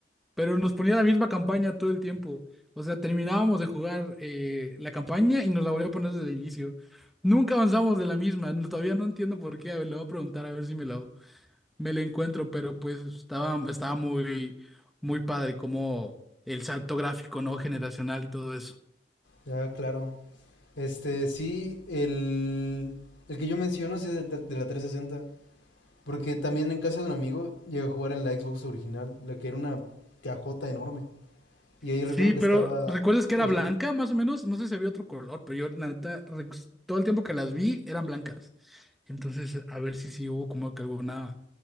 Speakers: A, in the centre; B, on the left.
A: pero nos ponía la misma campaña todo el tiempo. O sea, terminábamos de jugar eh, la campaña y nos la volvía a poner desde el inicio. Nunca avanzamos de la misma, no- todavía no entiendo por qué, a ver, le voy a preguntar a ver si me lo, me lo encuentro, pero pues estaba, estaba muy, muy padre como el salto gráfico, ¿no? Generacional y todo eso.
B: Ya, claro. Este, sí, el, el que yo menciono sí es de, de la 360. Porque también en casa de un amigo llegué a jugar en la Xbox original, la que era una cajota enorme. Y ahí
A: Sí,
B: recuerdo que
A: pero
B: estaba
A: ¿recuerdas que
B: el
A: era blanca
B: Hel-
A: más o menos? No sé si había otro color, pero yo la neta, rex- todo el tiempo que las vi eran blancas. Entonces, a ver si sí hubo como que alguna